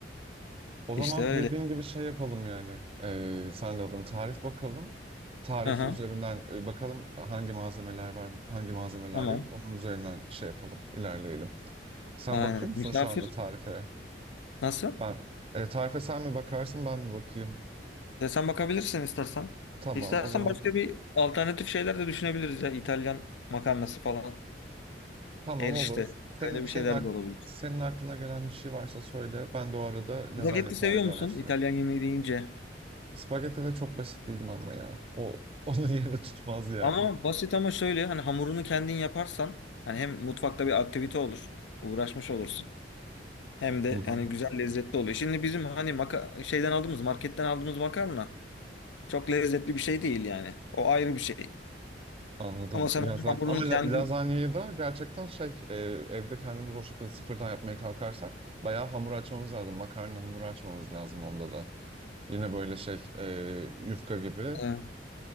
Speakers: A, on the right; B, on the left.
A: O zaman
B: İşte öyle.
A: dediğin gibi şey yapalım yani. Ee, sen de alın tarif bakalım. Tarif
B: Aha,
A: üzerinden e, bakalım hangi malzemeler var, hangi malzemeler
B: tamam.
A: yok. Onun üzerinden şey yapalım, ilerleyelim. Sen
B: Aynen.
A: bakıyor musun
B: Misafir
A: şu anda tarife?
B: nasıl?
A: Ben e, tarife sen mi bakarsın, ben mi bakayım?
B: Ya sen bakabilirsin istersen.
A: Tamam,
B: İstersen
A: o zaman
B: başka bir alternatif şeyler de düşünebiliriz ya. İtalyan makarnası falan.
A: tamam
B: Erişte.
A: olur. Senin
B: Öyle bir
A: senin
B: şeyler
A: ak
B: de olabilir.
A: senin aklına gelen bir şey varsa söyle. Ben de o arada lazanya
B: Spagetti
A: tarifi
B: seviyor musun?
A: araştırayım.
B: İtalyan yemeği deyince.
A: Spagetti de çok basit değil mi ama ya? O <laughs> onun yerini tutmaz yani.
B: Ama basit ama şöyle hani hamurunu kendin yaparsan hani hem mutfakta bir aktivite olur. Uğraşmış olursun. Hem de
A: <laughs>
B: hani güzel lezzetli oluyor. Şimdi bizim hani maka şeyden aldığımız marketten aldığımız makarna çok lezzetli bir şey değil yani. O ayrı bir şey.
A: Anladım.
B: Ama sen
A: Ya
B: onun
A: zaten,
B: hamurunu
A: ama
B: kendin
A: la- lazanyayı da gerçekten şey e, evde kendimiz o şekilde sıfırdan yapmaya kalkarsak bayağı hamur açmamız lazım. Makarna hamuru açmamız lazım onda da. Yine böyle şey e, yufka gibi.
B: Ha,